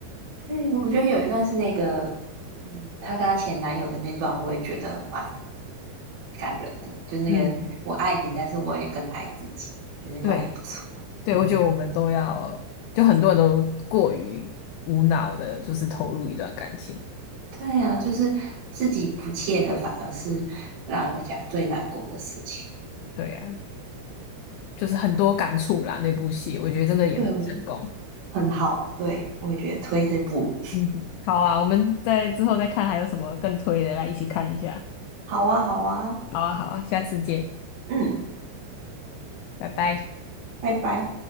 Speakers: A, on the right; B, on the left.
A: 对，我觉得有一段是那个，嗯，她跟她前男友的那段，我也觉得蛮感人的，就是那个我爱你，
B: 嗯，
A: 但是我也更爱自己，觉得那段也不错。
B: 对对，
A: 嗯，
B: 我觉得我们都要，就很多人都过于无脑的，就是投入一段感情。
A: 对啊，就是自己不切的，反而是让人家最难过的事情。
B: 对呀、就是很多感触啦。那部戏我觉得真的演得的成功。
A: 对，我觉得很好，对，我也觉得推这部
B: 嗯哼，好啊，我们在之后再看还有什么更推的，来一起看一下。
A: 好啊，好啊，
B: 好啊，好啊，下次见，
A: 嗯，
B: 拜拜。
A: 拜拜。